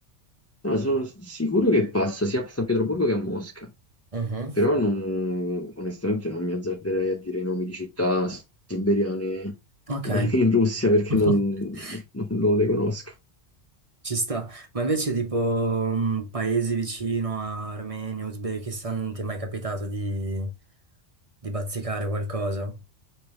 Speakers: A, on the left (about 20°); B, on the right (about 30°).
A: No, sono sicuro che passa sia a San Pietroburgo che a Mosca,
B: Mhm.
A: però non- onestamente non mi azzarderei a dire i nomi di città siberiane
B: Ok.
A: in Russia perché
B: <laughs>
A: non non- non le conosco.
B: Ci sta. Ma invece tipo mm, paesi vicino a Armenia, Uzbekistan, non ti è mai capitato di, di bazzicare qualcosa?